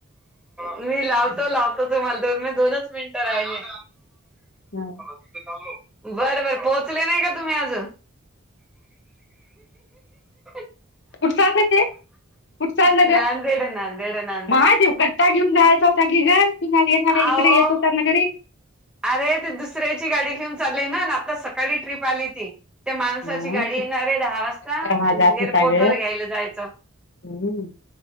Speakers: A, in the centre; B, on the left.
A: मी लावतो, लावतो तुम्हाला दोन मी दोनच मिनटं राहिली
B: हा
A: बर, बर पोहोचले नाही का तुम्ही अजून <inaudible>
B: कुठे चालते ते कुठे चालल्या
A: ना
B: त्या
A: आता. नांदेड नांदेड नांदेड
B: मायदेव पट्टा घेऊन जायचा होता की घर कु येणार इकडे
A: आहो
B: येत होता ना घरी
A: अरे ते दुसऱ्याची गाडी घेऊन चालले ना आता सकाळी ट्रीप आली ती त्या माणसाची
B: हं,
A: गाडी येणारे दहा वाजता
B: कट्टा माझा
A: एअरपोर्ट
B: जात होता ग
A: वर घ्यायला जायचं
B: हम्म